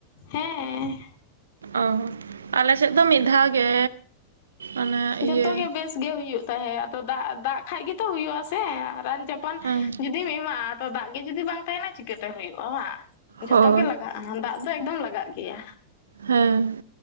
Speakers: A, on the left; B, on the right.
A: ᱦᱮᱸ
B: ᱚ ᱟᱞᱮ ᱥᱮᱫ ᱫᱚ ᱢᱤᱫ ᱫᱷᱟᱣ ᱜᱮ ᱚᱱᱟ ᱤᱭᱟᱹ
A: ᱡᱷᱚᱛᱚ ᱜᱮ ᱵᱮᱥ ᱜᱮ ᱦᱩᱭᱩᱜ ᱛᱟᱦᱮᱸᱫ ᱟᱫᱚ ᱫᱟᱜ ᱫᱟᱜ ᱠᱷᱟᱡ ᱜᱮᱛᱚ ᱦᱩᱭᱩᱜᱼᱟ ᱥᱮ ᱨᱟᱱ ᱪᱟᱯ- ᱛᱟᱱ
B: ᱦᱮᱸ
A: ᱡᱩᱫᱤᱢ ᱮᱢᱟᱜᱼᱟ ᱫᱟᱜ ᱜᱮ ᱡᱩᱫᱤ ᱵᱟᱝ ᱛᱟᱦᱮᱸᱱᱟ ᱪᱤᱠᱟᱹᱛᱮ ᱦᱩᱭᱩᱜᱼᱟ ᱵᱟᱝ ᱡᱷᱚᱛᱚ
B: ᱦᱳᱭ
A: ᱜᱮ ᱞᱟᱜᱟᱜᱼᱟ᱾ ᱫᱟᱜ ᱫᱚ ᱮᱠᱫᱚᱢ ᱞᱟᱜᱟᱜ ᱜᱮᱭᱟ
B: ᱦᱮᱸ